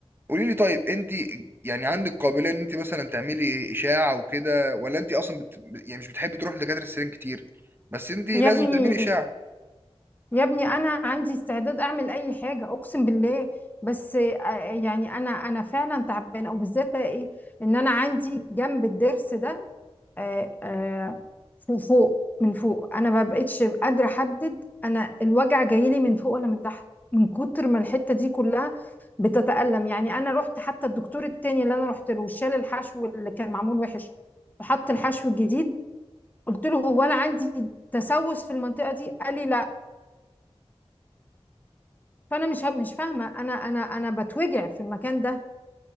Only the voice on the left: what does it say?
يا ابني
يا ابني أنا عندي استعداد أعمل أي حاجة أقسم بالله بس آه، يعني أنا أنا فعلا تعبانة وبالذات بقى إيه إن أنا عندي جنب الضرس ده آه، آه، فوق فوق من فوق انا ما بقتش قادره احدد انا الوجع جاي لي من فوق ولا من تحت من كتر ما الحته دي كلها بتتألم يعني انا رحت حتى الدكتور التاني اللي انا رحت له شال الحشو اللي كان معمول وحش وحط الحشو الجديد قلت له هو انا عندي تسوس في المنطقه دي قال لي لا فانا مش مش فاهمه انا انا انا بتوجع في المكان ده